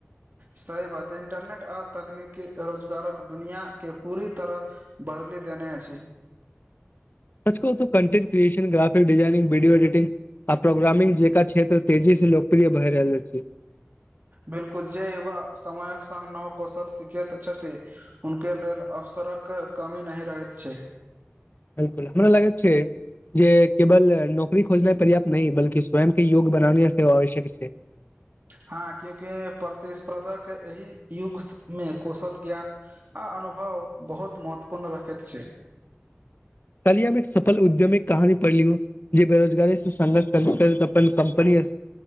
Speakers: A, on the right; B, on the left.
A: सही बात हय, इंटरनेट और तकनीकी रोजगारक दुनिया के पूरी तरह बदली देने अछि।
B: सच कहु तो content creation, graphic designing, video editing आ प्रोग्रामिंग जेका क्षेत्र तेजी से लोकप्रिय भए रहल छै।
A: बिल्कुल जे युवा समयक संग नव कौशल सिखैत छथि हुनके लेल अवसरक कमी नहि रहैत छै।
B: बिल्कुल हमरा लगैत छै। जे केवल नौकरी खोजनाइ पर्याप्त नहि बल्कि स्वयं के योग्य बनाने सेहो आवश्यक छै।
A: हां कियाकि प्रतिस्पर्धक एहि युग से मे कौशल ज्ञान‌ आ अनुभव बहुत महत्वपूर्ण रखैत छै।
B: कल्हि हम एक सफल उद्यमिक कहानी पढ़लियो जे बेरोजगारी से संघर्ष करैत-करैत अपन कम्पनी अस